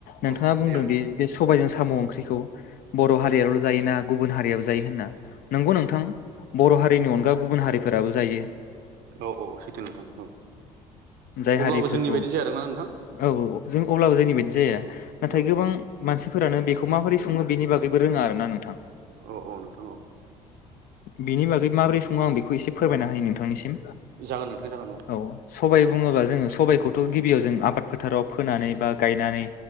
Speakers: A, on the left; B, on the right.
A: नोंथाङा
B: औ
A: बुंदोंदि
B: दे औ
A: बे सबाइजों साम' ओंख्रिखौ बर' हारियाल' जायोना गुबुन हारियाबो जायो होनना नोंगौ नोंथां बर' हारिनि अनगा गुबुन हारिफोराबो जायो।
B: औ औ सैथो नोंथां औ।
A: जाय हारिफोरखौ
B: अब्लाबो जोंनि बायदि जाया आरो ना नोंथां।
A: औ अब्लाबो जोंनि बायदि जाया। नाथाय
B: औ
A: गोबां
B: औ
A: मानसिफोरानो बेखौ माबोरै सङो बिनि बागैबो रोङा आरो ना नोंथां।
B: औ औ नोंथां औ।
A: बिनि बागै माबोरै सङो आं बे खौ इसे फोरमायना होनि नोंथांनिसिम।
B: जागोन नोंथां जागोन
A: औ सबाय बुङोबा जोङो सबायखौथ' गिबियाव जों आबाद फोथाराव फोनानै बा गायनानै